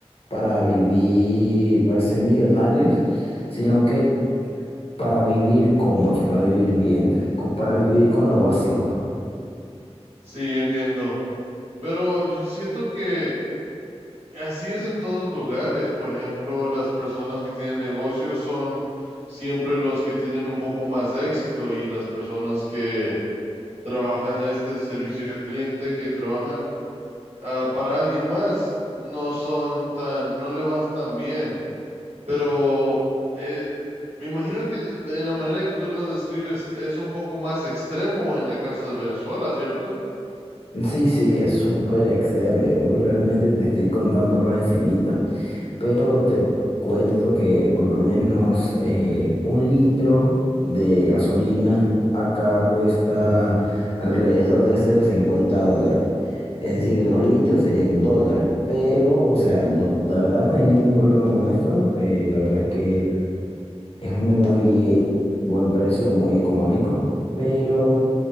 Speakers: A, on the left (about 60°); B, on the right (about 75°).
A: para vivir, para ser millonarios, sino que para vivir cómodos, para vivir bien, co- para vivir con lo básico.
B: Sí, entiendo. Pero yo siento que así es en todos lugares. Por ejemplo, las personas que tienen negocios son siempre los que tienen un poco más de éxito y las personas que trabajan este servicio al cliente, que trabajan ah, para alguien más, no son tan, no le vas tan bien. Pero eh, me imagino que en la manera que tú las describes es un poco más extremo en el caso de Venezuela, ¿cierto?
A: Sí, sí, es súper extremo. Yo realmente te estoy contando por encimita pero te cuento que por lo menos eh, un litro de gasolina acá cuesta alrededor de cero coma cincuenta dólares. Es decir, dos litros sería un dólar. Pero, o sea, no, la verdad no hay ningún problema con eso. eh, la verdad es que es muy buen precio, muy económico. Pero,